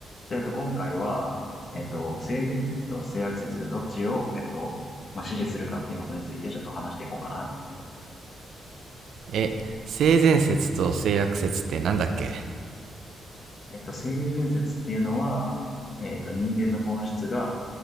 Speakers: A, on the left; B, on the right.
A: じゃあ、えっと、今回は、えっと、性善説と性悪説、どっちを、えっと、まあ、支持するかっていうことについてちょっと話していこうかな。
B: え、性善説と性悪説ってなんだっけ
A: えっと、性善説っていうのは、えっと、人間の本質が、